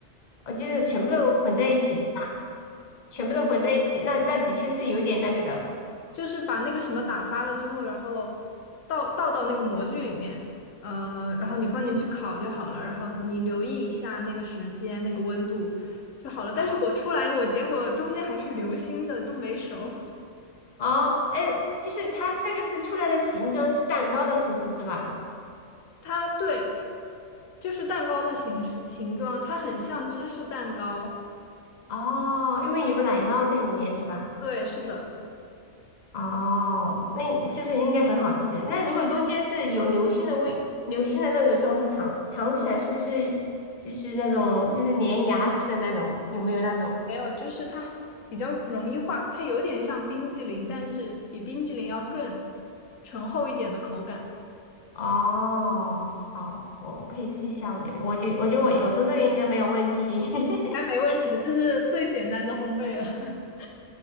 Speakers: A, on the left (about 35°); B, on the left (about 85°).
A: 呃，就是全部都混在一起是吧？全部都混在一起，那那的确是有点那个的。
B: 就是把那个什么打发了之后，然后倒倒到那个模具里面，呃，然后你放进去烤就好了，然后你留意一下那个时间、那个温度就好了。但是我出来，
A: 啊。
B: 我结果中间还是流心的，都没熟。
A: 哦，哎，就是它这个是出来的形状是蛋糕的形式是吧？
B: 它对，就是蛋糕的形式形状，它很像芝士蛋糕。
A: 哦，因为有奶酪在里面是吧？
B: 对，是的，
A: 哦，那你是不是应该很好吃？那如果中间是有流心的味，流心的那种状态尝尝起来是不是就是那种就是粘牙齿的那种？有没有那种？
B: 还有就是它比较容易化，它有点像冰激凌，但是比冰激凌要更醇厚一点的口感。
A: 哦，好，我我可以试一下，我觉得我觉我觉得我我做这个应该没有问题，<laughs>
B: 哎，没问题的，这是最简单的烘焙了。<laughs>